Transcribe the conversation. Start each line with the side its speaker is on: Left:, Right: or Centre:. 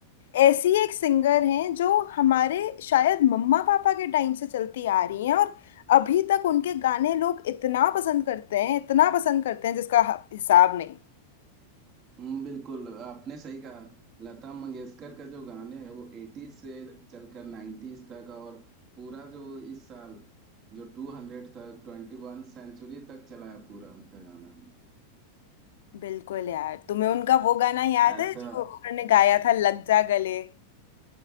Left: ऐसी एक सिंगर हैं जो हमारे शायद मम्मा पापा के टाइम से चलती आ रही हैं और अभी तक उनके गाने लोग इतना पसंद करते हैं इतना पसंद करते हैं जिसका ह- हिसाब नहीं
Right: हम्म, बिल्कुल आपने सही कहा लता मंगेशकर का जो गाने हैं वो एटीज से चलकर नाइन्टीज तक और पूरा जो इस साल जो टू हंड्रेड तक ट्वेंटी वन सेंचुरी तक चला है पूरा उनका गाना
Left: बिल्कुल यार तुम्हें उनका वो गाना याद
Right: ऐसा
Left: है जो उन्होंने गाया था लग जा गले